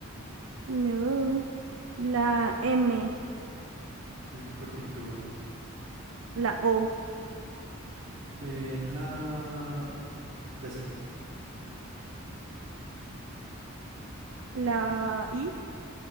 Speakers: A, on the right (about 80°); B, on the right (about 50°).
A: No. La M.
B: El cuerpito.
A: La O.
B: En la décima.
A: La I.